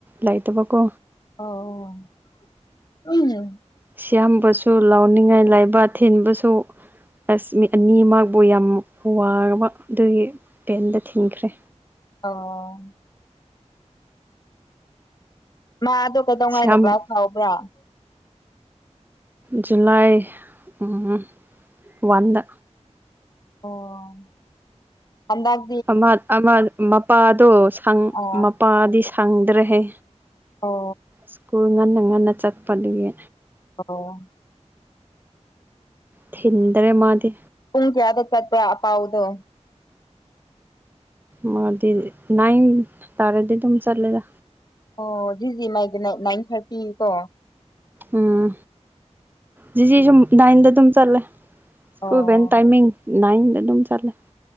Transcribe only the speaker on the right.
ꯂꯩꯇꯕꯀꯣ
ꯁꯤꯌꯥꯝꯕꯁꯨ ꯂꯧꯅꯤꯡꯉꯥꯏ ꯂꯩꯕ ꯊꯤꯟꯕꯁꯨ ꯑꯁ ꯃꯤ ꯑꯅꯤꯃꯛꯕꯨ ꯌꯥꯝ ꯋꯥꯔꯕ ꯑꯗꯨꯒꯤ ꯄꯦꯟꯗ ꯊꯤꯟꯈ꯭ꯔꯦ꯫
ꯁꯤꯌꯥꯝ
ꯖꯨꯂꯥꯏ ꯎꯝ ꯋꯥꯟꯗ꯫
ꯑꯃ ꯑꯃ ꯃꯄꯥꯗꯣ ꯁꯪ
ꯃꯄꯥꯗꯤ ꯁꯪꯗ꯭ꯔꯦꯍꯦ
ꯁ꯭ꯀꯨꯜ ꯉꯟꯅ ꯉꯟꯅ ꯆꯠꯄꯗꯨꯒꯤ꯫
ꯊꯤꯟꯗꯔꯦ ꯃꯥꯗꯤ
ꯃꯥꯗꯤ ꯅꯥꯏꯟ ꯇꯥꯔꯗꯤ ꯗꯨꯝ ꯆꯠꯂꯦꯗ꯫
ꯎꯝ ꯖꯤꯖꯤꯁꯨ ꯅꯥꯏꯟꯗ ꯗꯨꯝ ꯆꯠꯂꯦ꯫ ꯁꯀ꯭ꯨꯜ
ꯕꯦꯟ ꯇꯥꯏꯃꯤꯡ ꯅꯥꯏꯟꯗ ꯑꯗꯨꯝ ꯆꯠꯂꯦ꯫